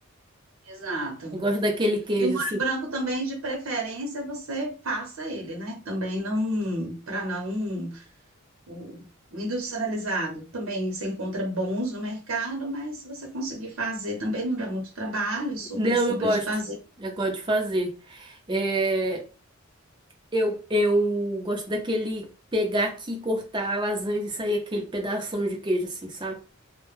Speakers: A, on the right (about 75°); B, on the right (about 20°).
A: Exato.
B: Eu gosto daquele queijo
A: E o molho
B: assim.
A: branco também, de preferência, você faça ele, né? Também não, para não, o, o industrializado também você encontra bons no mercado, mas se você conseguir fazer, também não dá muito trabalho, super
B: Não,
A: simples
B: eu gosto.
A: de fazer.
B: Eu gosto de fazer. É, eu, eu gosto daquele pegar aqui, cortar a lasanha e sair aquele pedação de queijo assim, sabe?